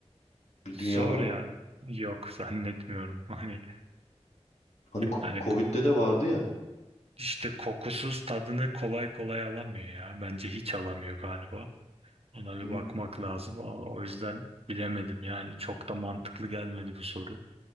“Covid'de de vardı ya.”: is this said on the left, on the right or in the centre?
Left